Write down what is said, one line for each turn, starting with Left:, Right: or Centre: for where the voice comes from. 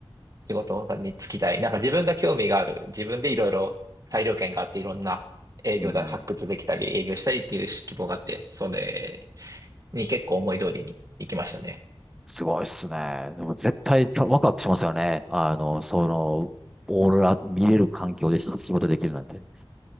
Right: 仕事に就きたい。なんか自分が興味がある。自分でいろいろ裁量権があって、いろんな営業だ、
Centre: うん。
Right: 発掘できたり、営業したりっていう希望があって、それに結構思い通りに行きましたね。
Centre: すごいっすね。でも絶対たワクワクしますよね。あの、その、オーロラ見れる環境で仕事できるなんて。